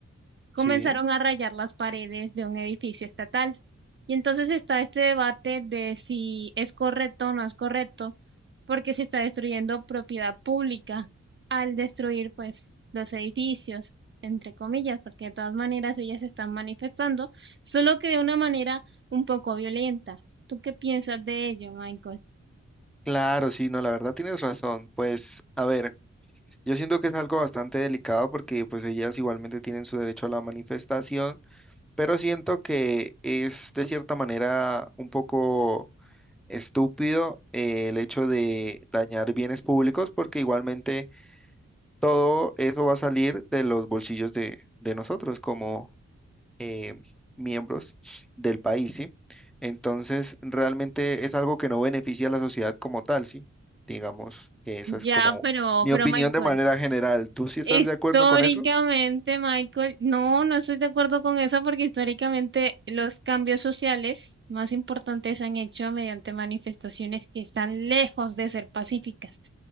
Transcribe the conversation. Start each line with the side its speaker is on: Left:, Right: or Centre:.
Right: comenzaron
Centre: Sí,
Right: a rayar las paredes de un edificio estatal. Y entonces está este debate de si es correcto o no es correcto, porque se está destruyendo propiedad pública al destruir pues los edificios, entre comillas, porque de todas maneras ellas se están manifestando, solo que de una manera un poco violenta. ¿Tú qué piensas de ello, Michael?
Centre: claro, sí, no, la verdad tienes razón. Pues, a ver, yo siento que es algo bastante delicado porque pues ellas igualmente tienen su derecho a la manifestación, pero siento que es de cierta manera un poco estúpido eh, el hecho de dañar bienes públicos porque igualmente todo eso va a salir de los bolsillos de, de nosotros como eh, miembros del país, ¿sí? Entonces, realmente es algo que no beneficia a la sociedad como tal, ¿sí? Digamos que esa
Right: Ya,
Centre: es como
Right: pero,
Centre: mi
Right: pero
Centre: opinión
Right: Michael.
Centre: de manera general. ¿Tú sí estás
Right: Históricamente,
Centre: de acuerdo con eso?
Right: Michael, no, no estoy de acuerdo con eso porque históricamente los cambios sociales más importantes se han hecho mediante manifestaciones que están lejos de ser pacíficas.